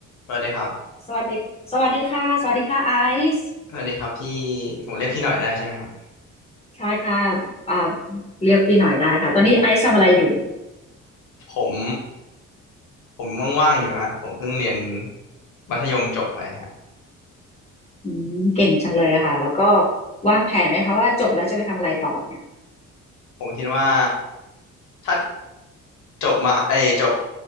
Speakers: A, on the left (about 80°); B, on the left (about 20°).
A: สวัสดีครับ
B: สวัสดีสวัสดีค่ะสวัสดีค่ะไอซ์
A: สวัสดีครับพี่ผมเรียกพี่หน่อยได้ใช่ไหมฮะ
B: ใช่ค่ะอ่าเรียกพี่หน่อยได้ค่ะตอนนี้ไอซ์ทำอะไรอยู่
A: ผมผมว่างๆอยู่ฮะผมเพิ่งเรียนมัธยมจบไปฮะ
B: อืมเก่งจังเลยอะค่ะแล้วก็วางแผนไหมคะว่าจบแล้วจะไปทำอะไรต่อเนี่ย
A: ผมคิดว่าถ้าจบมาเอยจบ